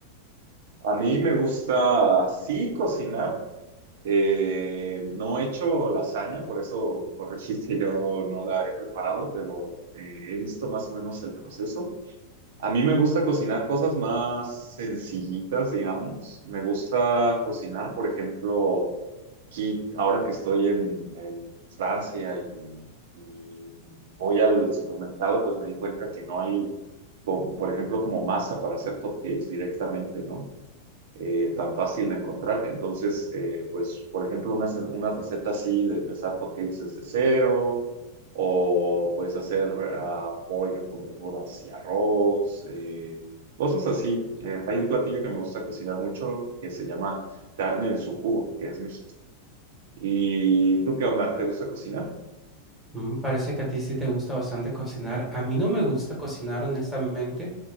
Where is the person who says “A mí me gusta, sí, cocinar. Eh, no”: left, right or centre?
Right